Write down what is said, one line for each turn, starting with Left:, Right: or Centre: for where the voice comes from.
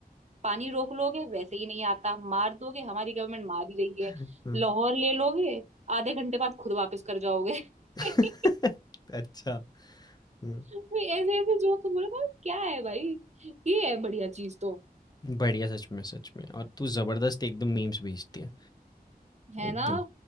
Right: पानी रोक लोगे वैसे ही नहीं आता मार दोगे हमारी गवर्नमेंट मार ही रही है
Left: हुँ।
Right: लाहौर ले लोगे आधे घंटे बाद खुद वापस कर जाओगे
Left: <laughs>
Right: <laughs>
Left: अच्छा। हुँ।
Right: भाई ऐसे ऐसे जोक्स बोले ना क्या है भाई ये है बढ़िया चीज तो
Left: बढ़िया सच में, सच में और तू ज़बरदस्त एकदम मीम्स भेजती है।
Right: है
Left: एकदम,
Right: ना